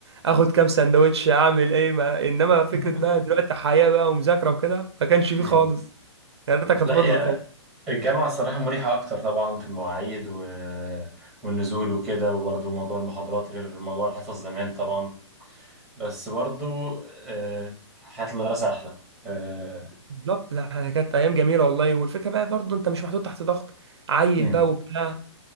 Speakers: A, on the right (about 60°); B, in the centre.
A: اخد كام سندوتش اعمل ايه ما انما فكره
B: <laughs>
A: بقى دلوقتي حياه بقى ومذاكره وكده ما كانش فيه
B: مم.
A: خالص يا ريتها كانت
B: لا
A: فضلت
B: يا
A: والله
B: الجامعة الصراحة مريحة أكتر طبعا في المواعيد و... والنزول وكده وبرضو موضوع المحاضرات غير موضوع الحصص زمان طبعا بس برضو آه، حياة المدرسة أحلى اه
A: بالظبط لا كانت ايام جميله والله والفكره بقى برضه انت مش محطوط تحت ضغط عيل
B: مم.
A: بقى وبتاع